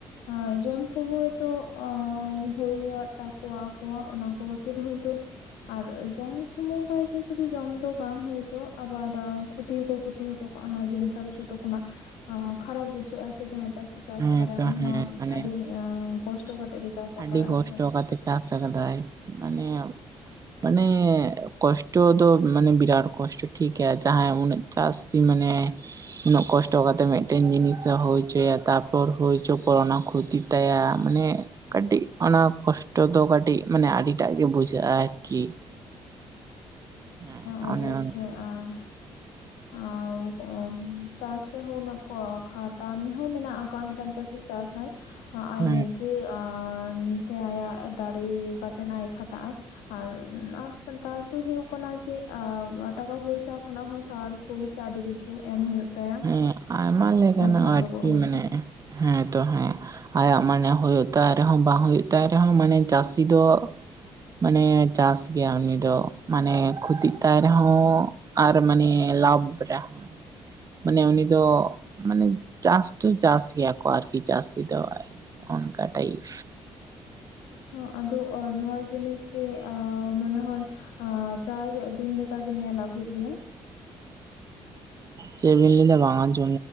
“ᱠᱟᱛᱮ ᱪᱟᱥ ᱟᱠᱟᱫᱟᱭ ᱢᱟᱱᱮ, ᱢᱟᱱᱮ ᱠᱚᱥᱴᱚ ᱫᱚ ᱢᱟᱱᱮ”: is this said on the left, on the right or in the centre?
Right